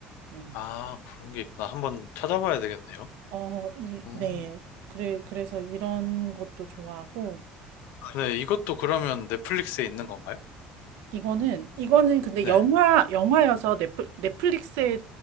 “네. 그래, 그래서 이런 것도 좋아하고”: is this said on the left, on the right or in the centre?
Right